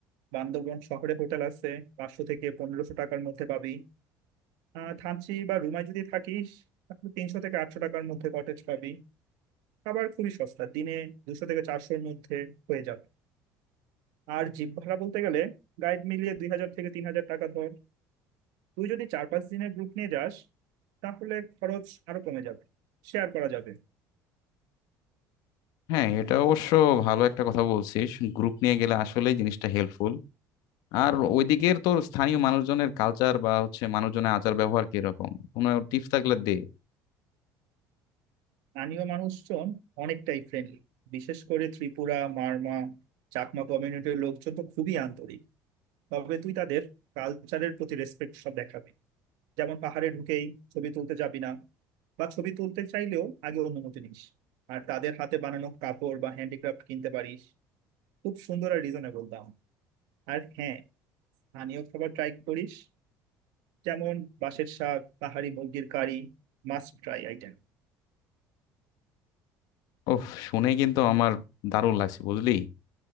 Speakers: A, on the right (about 75°); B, on the left (about 65°).
A: বান্দরবন শহরে হোটেল আছে পাঁচশো থেকে পনেরোশো টাকার মধ্যে পাবি আহ থানচি বা রুমায় যদি থাকিস তাহলে তিনশো থেকে আটশো টাকার মধ্যে কটেজ পাবি খাবার খুবই সস্তা দিনে দুশো থেকে চারশোর মধ্যে হয়ে যাবে আর জিপ ভাড়া বলতে গেলে গাইড মিলিয়ে দুই হাজার থেকে তিন হাজার টাকা ধর তুই যদি চার পাঁচ দিনের গ্রুপ নিয়ে যাস তাহলে খরচ আরো কমে যাবে শেয়ার করা যাবে
B: হ্যাঁ এটা অবশ্য ভালো একটা কথা বলছিস গ্রুপ নিয়ে গেলে আসলেই জিনিসটা হেল্পফুল আর ওইদিকের তোর স্থানীয় মানুষজনের কালচার বা হচ্ছে মানুষজনের আচার ব্যবহার কিরকম কোনো টিপস থাকলে দে
A: স্থানীয় মানুষজন অনেকটাই ফ্রেন্ডলি বিশেষ করে ত্রিপুরা মারমা চাকমা কমিউনিটির লোকজন তো খুবই আন্তরিক তবে তুই তাদের কালচারের প্রতি রেসপেক্ট সব দেখাবি যেমন পাহাড়ে ঢুকেই ছবি তুলতে যাবি না বা ছবি তুলতে চাইলেও আগে অনুমতি নিস আর তাদের হাতে বানানো কাপড় বা হ্যান্ডিক্রাফট কিনতে পারিস খুব সুন্দর আর রিজনেবল দাম আর হ্যাঁ স্থানীয় খাবার ট্রাই করিস যেমন বাঁশের শাক পাহাড়ি মুরগির কারি মাস্ট ট্রাই আইটেম
B: ওহ শুনে কিন্তু আমার দারুণ লাগছে বুঝলি